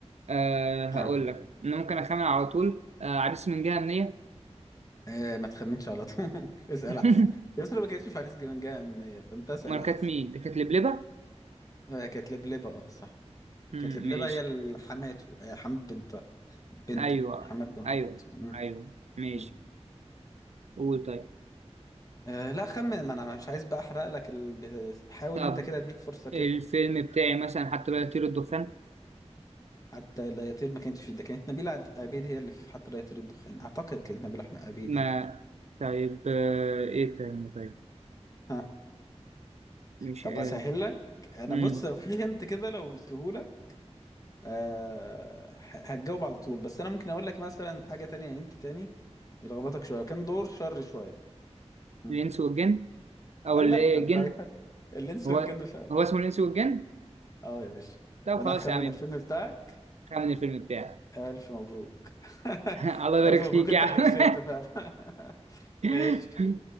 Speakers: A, on the right (about 70°); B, on the left (about 30°).
A: أه هقول
B: آه.
A: لك أنا ممكن أخمن على طول أه عريس من جهة أمنية
B: آه ما تخمنش على طول <laughs> اسال
A: <laughs>
B: احسن يسرا ما كانتش في عريس جبان جايه منيا فانت اسال
A: أمال
B: احسن
A: كانت مين؟ دي كانت لبلبة؟
B: آه كانت لبلبه اه صح
A: مم،
B: كانت لبلبه
A: ماشي
B: هي ال- حماته آه حماد بنت بنته
A: أيوه
B: حماد بنته
A: أيوه
B: مم.
A: أيوه ماشي
B: مم.
A: قول طيب
B: آه لا خمن ما انا مش عايز بقى احرق لك البت... حاول
A: طب
B: انت كده اديك فرصه كده
A: الفيلم بتاعي مثلا حتى لو يطير الدخان
B: حتى الأياطير ما كانتش فيه ده كانت نبيلة عب- عبيد هي اللي في حتى الأياطير الدخان أعتقد كانت نبيلة أحمد عبيد
A: ما
B: يعني
A: طيب آه، إيه تاني طيب
B: ها
A: مش
B: طب
A: آه.
B: أسهل لك أنا
A: مم.
B: بص في هنت كده لو قلته لك أه ه- هتجاوب على طول بس أنا ممكن أقول لك مثلا حاجة تانية هنت تاني يلخبطك شوية كان دور شر شوية هم.
A: الإنس والجن أو
B: الله
A: اللي إيه
B: ده
A: الجن
B: أنت عارف <laughs> الإنس
A: هو
B: والجن فعلا
A: هو اسمه الإنس والجن؟
B: أه يا باشا
A: طب
B: وأنا
A: خلاص
B: هخمن
A: يا عم
B: الفيلم بتاعك
A: خمن الفيلم بتاعي
B: ألف مبروك <laughs>
A: <laughs> الله يبارك
B: ألف
A: فيك
B: مبروك أنت
A: يا عم
B: اللي كسبت فعلا <laughs>
A: <laughs>
B: ماشي